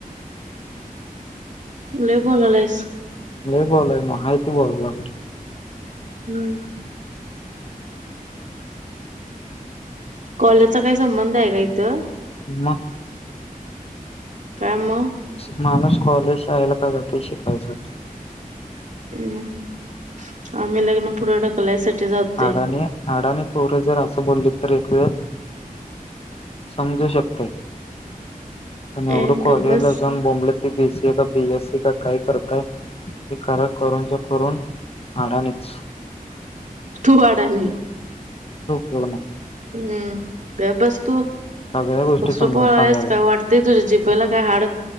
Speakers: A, on the right; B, on the left.
A: लय बोला लायीस?
B: लय बोलय नाही हाय ते बोलय लागलोय.
A: हम. कॉलेजचा काही संबंध आहे काय इथं?
B: म,
A: काय म?
B: माणूस कॉलेज शाळेला का जातोय शिकाय साठी.
A: हम् आम्ही लग्न पुढ ढकलायसाठी जातोय
B: अडाणी-आडानी पोर जर असं बोलली तर एक वेळ समजू शकतोय. पण
A: ए
B: एवढं
A: गप
B: कॉलेजला
A: बस
B: जाऊन बोंबलत ते बी सी ए का बी एस सी का काय करताय ते करा करूनच्या करून आडानीच.
A: तू आडाणी.
B: वूने.
A: हम्म. गप बस तू
B: सगळ्या गोष्टी
A: कस
B: समजून
A: बोलालाईस
B: सांगायला
A: काय वाटतय तुझ्या जिबला काय हाड,